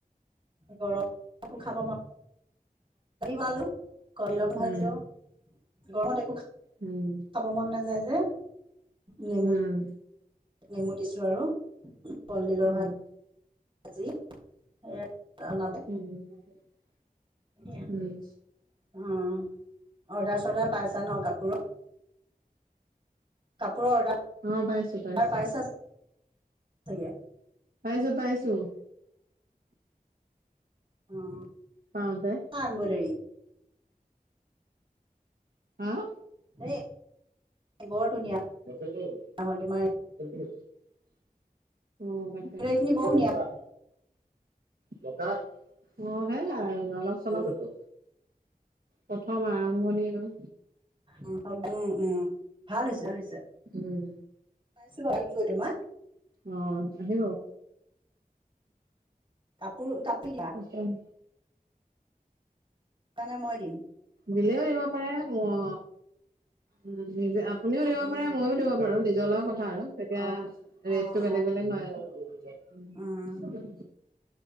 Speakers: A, on the right; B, on the right.
A: গৰমত একো খাব মন ভালো কণী ভাজি,
B: উম
A: গৰমত একো খাব
B: উম।
A: খাব মন নাযায় যে। নেমু
B: উম।
A: নেমু দিছোঁ আৰু, কলডিলৰ
B: উম
A: ভাত আজি এ, জনালে
B: <unintelligible>
A: উম,
B: উম
A: অৰ্ডাৰ চৰ্ডাৰ পাইছা ন' কাপোৰত? কাপোৰৰ অৰ্ডাৰ
B: অ পাইছো পাইছো
A: পাইছা চাগে।
B: পাইছোঁ পাইছোঁ।
A: অ'।
B: পাওঁ দে।
A: হাৰ্মদাৰি।
B: হা?
A: হে বৰ ধুনীয়া।
B: <unintelligible>
A: হয় তোমাৰ এম্ব্ৰইডাৰী খিনি বৰ
B: হেল্ল,
A: ধুনীয়া
B: কা ডেকা, অ' হেয়া অলপ চলপ, ক'ত আছে? প্ৰথম আৰম্ভণি আৰু।
A: উম, উম, ভাল হৈছে, ভাল হৈছে।
B: উম
A: পাইছোঁ ভাবিম গৈ তোমাক।
B: অ আহিব
A: কাপোৰ কাপি দিয়া।
B: অকেন।
A: হেইকাৰণে মই দিম।
B: দিলেও দিব পাৰে, অ'। উ, নিজে আপুনিও দিব
A: উম
B: পাৰে মইও দিব পাৰোঁ, নিজৰ লগত কথা আৰু তেতিয়া
A: অ অ
B: ৰেটটো বেলেগ
A: অ
B: বেলেগ হয় আৰু।
A: উম